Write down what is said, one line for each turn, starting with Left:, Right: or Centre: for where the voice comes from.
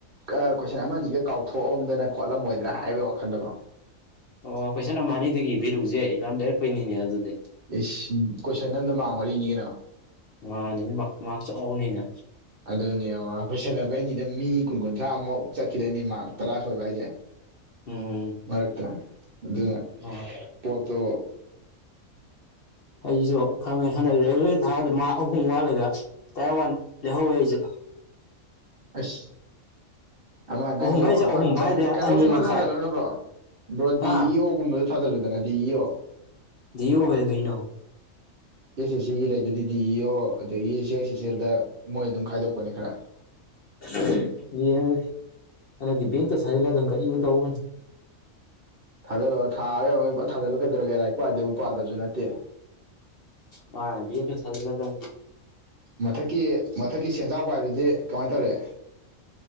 Right: ꯑ ꯀꯣꯏꯁꯟ ꯑꯃꯅꯤꯁꯤꯒ ꯀꯥꯎꯊꯣꯛꯑꯝꯗꯅ ꯈꯣꯠꯂꯝꯃꯣꯏꯗ꯭ꯔꯥ ꯍꯥꯏꯕꯒꯤ ꯋꯥꯈꯜꯗꯀꯣ
Left: ꯑꯣ ꯀꯣꯏꯁꯟ ꯑꯃ ꯑꯅꯤꯗꯨ ꯏꯕꯤꯔꯨꯎꯁꯦ ꯏ ꯌꯥꯝꯝꯗꯥꯏꯔꯦꯛ ꯀꯨꯏꯅꯤꯅꯦ ꯑꯗꯨꯗꯤ
Right: ꯏꯁ ꯀꯣꯏꯁꯟ ꯑꯗ ꯃꯥꯛ ꯋꯥꯔꯤꯅꯤ ꯀꯩꯅꯣ
Left: ꯃꯥꯅꯤ ꯃꯥꯔꯛ ꯆꯥꯎꯕꯅꯤꯅ
Right: ꯑꯗꯨꯗꯅꯤ ꯈꯗꯅꯤꯗ <inaudible> ꯃꯤ ꯀꯨꯟ ꯀꯨꯟꯊ꯭ꯔꯥꯃꯨꯛ ꯆꯠꯈꯤꯔꯅꯤ ꯃꯥ ꯇꯔꯥ ꯁꯣꯏꯕ ꯍꯥꯏꯁꯦ
Left: ꯎꯝ
Right: ꯃꯔꯛꯇ ꯑꯗꯨ
Left: ꯑ
Right: ꯄꯣꯠꯇꯣ
Left: ꯑꯩꯁꯨ ꯈꯪꯉꯦ ꯍꯟꯗꯛ ꯔꯦꯜꯋꯦ ꯊꯥꯕꯗ ꯃꯥ ꯑꯍꯨꯝ ꯋꯥꯠꯂꯒ ꯇꯌꯥꯔ ꯋꯥꯟ ꯂꯩꯍꯧꯋꯦ ꯑꯩꯁꯨ
Right: ꯑꯁ ꯑꯃ ꯅꯪꯁꯨ
Left: ꯑꯍꯨꯝ ꯍꯥꯏꯁꯦ
Right: ꯑꯃ ꯐ
Left: ꯑꯍꯨꯝ ꯍꯥꯏꯗꯦ
Right: ꯀꯩꯅꯣꯒꯨꯝꯕꯗ
Left: ꯑꯅꯤ ꯃꯈꯥꯏ
Right: ꯊꯥꯖꯜꯂꯨꯅꯕ꯭ꯔꯣ ꯑ꯭ꯔꯣ ꯗꯤ
Left: ꯍꯥ
Right: ꯏ ꯑꯣꯒꯨꯝꯕꯗꯨ ꯊꯥꯖꯤꯜꯂꯨꯗꯅ ꯗꯤ ꯏ ꯑꯣ
Left: ꯌ ꯍ ꯀꯩꯅꯣ
Right: ꯁꯤ ꯑꯦꯁ ꯑꯩꯁ ꯁꯤꯒꯤ ꯂꯩꯗꯗꯤ ꯗꯤ ꯏ ꯑꯣ ꯑꯗꯒꯤ ꯁꯤ ꯑꯩꯥꯏꯁ ꯁꯤꯁ ꯑꯦꯜꯗ ꯃꯣꯏ ꯑꯗꯨꯝ ꯈꯥꯏꯗꯣꯛꯄꯅꯦ ꯈꯔ
Left: ꯀꯁꯤ <unintelligible> <inaudible> ꯑꯗꯤ ꯕꯦꯡꯇ ꯁꯥꯖꯤ ꯂꯩꯗ ꯌꯨ ꯇꯥꯧꯕꯅꯤ
Right: ꯊꯥꯗꯜꯂꯒ ꯊꯥꯔ ꯊꯥꯗꯜꯂꯨꯀꯗꯧꯒꯦ ꯂꯥꯏꯔꯤꯛ ꯀꯏꯗꯕꯨ ꯄꯥꯗꯕꯁꯨ ꯅꯠꯇꯦ
Left: ꯃꯥꯅꯗꯤ ꯊꯖꯤꯂꯗꯗꯤ
Right: ꯃꯊꯛꯀꯤ ꯃꯊꯛꯀꯤ ꯁꯦꯟꯖꯥꯎꯕ ꯍꯥꯏꯕꯗꯤ ꯀꯃꯥꯏ ꯇꯧꯔꯤꯦ